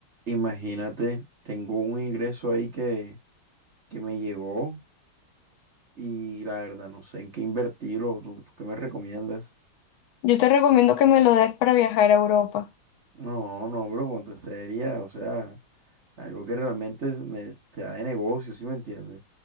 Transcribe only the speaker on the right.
Imagínate, tengo un ingreso ahí que, que me llegó y la verdad no sé en qué invertirlo. ¿Tú, tú qué me recomiendas?
No, no, bro, ponte seria. O sea, algo que realmente es- me, sea de negocio, ¿sí me entiendes?